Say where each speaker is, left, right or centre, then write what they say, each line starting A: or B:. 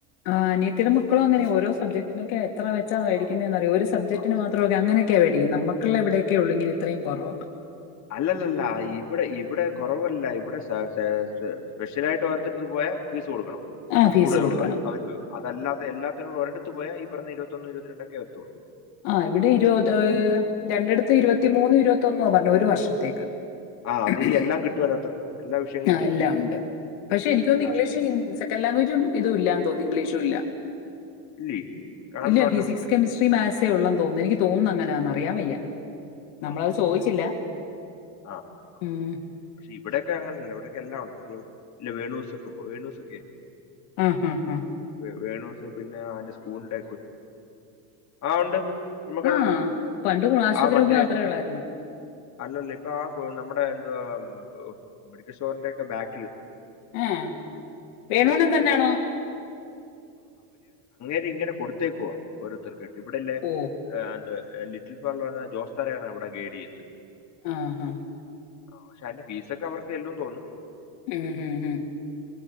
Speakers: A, on the left; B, on the left.
A: ആ അനിയത്തിയുടെ മക്കളും അങ്ങനെയ ഓരോ സബ്ജക്ടിനൊക്കെ എത്ര ച്ചാ വേടിക്ന്നേ
B: ആ,
A: അറിയോ ഒരു സബ്ജെക്ടിന്
B: ആ.
A: മാത്രോക്കെ അങ്ങനെ ക്കെ മേടിക്കും നമ്മക്കുള്ള ഇവിടെക്കെ ഉള്ളൂ ഇത്രയും കുറവ്
B: അല്ലല്ലല്ല ഇവിടെ ഇവിടെ കുറവല്ല ഇവിടെ സ് <unintelligible> സ്പെഷ്യല ആയിട്ട് ഓർത്തിട്ട് പോയാൽ ഫീസ് കൊടുക്കണം
A: ആഹ് ഫീസ്
B: കൂടുതലുള്ളത്
A: കൊടുക്കണം
B: അവര് അവര് അതല്ലാതെ എല്ലാത്തിനോട് ഒര്ട് ത്ത് പോയാ ഈ പറഞ്ഞ ഇരുപത്തൊന്ന് ഇരുപ രണ്ടൊക്കെത്തുള്ളൂ
A: ആ ഇവിടെ ഇരുപത് രണ്ടിടത്ത് ഇരുപത്തിമൂന്ന് ഇരുപത്തിന്നാ പറഞ്ഞെ ഒരു വർഷത്തേക്ക്
B: ആ അത്
A: ഹ് ഹ്
B: ഈ എല്ലാം കിട്ടും അതിനകത്ത് എല്ലാ വിഷയങ്ങളും
A: ആ
B: കിട്ടും
A: എല്ലാം ഉണ്ട് പക്ഷെ
B: ഉം.
A: എനിക്ക് തോന്നുന്ന്
B: അല്ല
A: ഇംഗ്ലീഷും
B: സ്പെഷ്യൽ
A: സെക്കൻ് ലാംങ്യേജും ഇും ഇല്ല ന്ന് തോന്നുന്നു ഇംഗ്ലീഷും ഇല്ല
B: ഇല്ലേ കാണണമല്ലോ
A: ഇല്ല ഫിസിക്സ് കെമിസ്ട്രി മാത്സ് തോന്ന എനിക്ക് തോന്നുന്നു അങ്ങനാന്ന് അറിയാൻവയ്യ നമ്മളത്
B: അന്നോ
A: ചോദിച്ചില്ല
B: ആ ആ
A: ഉം
B: പക്ഷെ ഇവിടൊക്കെ അങ്ങനെയല്ല ഇവിടെ എല്ലാം ഉണ്ട് എവി ഇല്ല വേണൂസൊക്കെ വേണൂസൊക്കെ
A: ആ ആ
B: ഉം.
A: ആ
B: വേ- വേണൂസ് പിന്നെ അന്റെ സ്കൂളിന്റെ കൊ ആ ഉണ്ട് ഉമ്മക്കണ
A: ആഹ്
B: ഉണ്ട്
A: പണ്ട് കു- ആശുപത്രി
B: ആ മറ്റേ
A: മുക്ക് മാത്രമേ ഉള്ളായിരുന്നു
B: അല്ലല്ലോ <unintelligible> നമ്മുടെ എന്തുവാ ഏ മെഡിക്കൽ ഷോറിന്റെ ഒക്കെ ബാക്കില്
A: ആ വേണുണെന്താണോ
B: ഇത് ഇങ്ങന കൊടുത്തേക്കുവാ ഓരോരുത്തർ കേട്ട് ഇവിടെല്ലേ
A: ഓ
B: ആ <unintelligible> ലിറ്റിൽ ഫാർ പറഞ്ഞ ജോസ് താരാണ് അവിടെ ഗൈഡ് ചെയ്യുന്നത്
A: ആ ആ
B: ആ പക്ഷെ അന്റെ ഫീസൊക്കെ അവർക്ക് എല്ലും തോന്ന്
A: ഉം ഉം ഉം